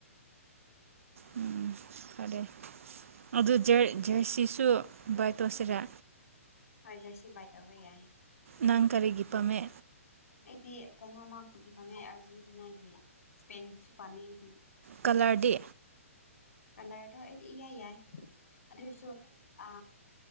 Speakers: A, on the right; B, on the left.
A: ꯎꯝ ꯐꯔꯦ ꯑꯗꯨ ꯖꯔꯁꯤꯁꯨ ꯕꯥꯏ ꯇꯣꯠꯁꯤꯔ
B: ꯍꯣꯏ ꯖꯔꯁꯤ ꯕꯥꯏ ꯇꯧꯕ ꯌꯥꯏ
A: ꯅꯪ ꯀꯔꯤꯒꯤ ꯄꯥꯝꯃꯦ
B: ꯑꯩꯗꯤ ꯀꯩꯅꯣꯃ ꯄꯨꯒꯤ ꯄꯥꯝꯃꯦ ꯑꯥꯔꯖꯦꯟꯇꯤꯅꯥꯒꯤ ꯏꯁꯄꯦꯟꯒꯤꯁꯨ ꯄꯥꯝꯃꯦ ꯑꯩꯗꯤ
A: ꯀꯂꯔꯗꯤ
B: ꯀꯂꯔꯗꯣ ꯑꯩꯗꯤ ꯏꯌꯥꯏ ꯌꯥꯏ ꯑꯗꯨ ꯑꯣꯏꯁꯨ ꯑ